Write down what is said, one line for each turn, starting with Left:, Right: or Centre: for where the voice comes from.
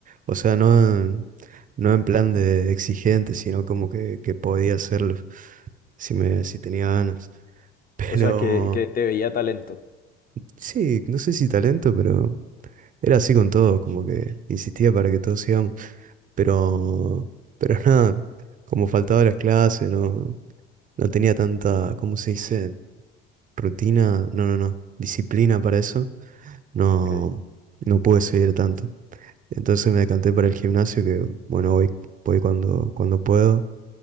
Right: O sea, no, en- no en plan de exigente, sino como que, que podía hacerlo si me, si tenía ganas. <laughs> Pero
Left: O sea, que, que te veía talento.
Right: sí, no sé si talento, pero era así con todo, como que insistía para que todos sigamos. Pero, pero <laughs> nada, como faltaba las clases, no, no tenía tanta, ¿cómo se dice? Rutina, no, no, no, disciplina para eso, no,
Left: Ok.
Right: no pude seguir tanto. Entonces me decanté para el gimnasio, que bueno, voy, voy cuando, cuando puedo.